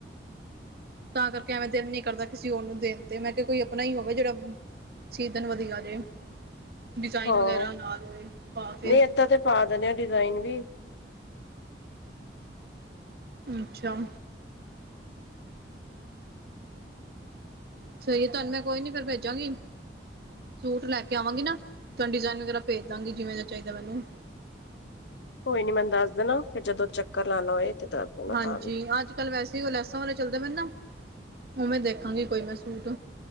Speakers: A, on the right; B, on the left.
A: ਤਾਂ ਕਰਕੇ ਐਵੇਂ ਦਿਲ ਨੀ ਕਰਦਾ ਕਿਸੇ ਹੋਰ ਨੂੰ ਦੇਣ ਤੇ, ਮੈ ਕਿਹਾ ਕੋਈ ਆਪਣਾ ਹੀ ਹੋਵੇ ਜਿਹੜਾ- ਸੀ ਦੇਣ ਵਧੀਆ ਜੇ ਡਿਜ਼ਾਇਨ
B: ਹਾਂ
A: ਵਗੈਰਾ ਨਾਲ ਹੋਏ ਪਾ ਕੇ-
B: ਨਹੀਂ ਏਦਾਂ ਤੇ ਪਾ ਦਿੰਦੇ ਹਾਂ ਡਿਜ਼ਾਇਨ ਵੀ-
A: ਅਛਾ- ਸਹੀ ਤੁਹਾਨੂੰ ਮੈਂ ਕੋਈ ਨੀ ਫਿਰ ਭੇਜਾਗੀ। ਸੂਟ ਲੈ ਕੇ ਆਵਾਂਗੀ ਨਾ ਤੁਹਾਨੂੰ ਡਿਜ਼ਾਇਨ ਵਗੈਰਾ ਭੇਜ ਦਾਗੀ ਜਿਵੇ ਦਾ ਚਾਹੀਦਾ ਮੈਨੂੰ-
B: ਕੋਈ ਨੀ ਮੈਨੂੰ ਦੱਸ ਦੇਣਾ ਫੇਰ ਜਦੋਂ ਚੱਕਰ ਲਾਉਣਾ ਹੋਏ- ਤੇ ਦੱਸ ਦੇਣਾ
A: ਹਾਂਜੀ
B: ਤਾਂ ਵੀ
A: ਅੱਜ- ਅਜ ਕਲ ਵੈਸੇ ਲੈਸਾਂ ਵਾਲੇ ਚੱਲਦੇ ਪਏ ਨਾ, ਮੈਨੂੰ ਨਾ ਉਵੇਂ ਦੇਖਾਂਗੀ ਕੋਈ ਮੈ ਸੂਟ-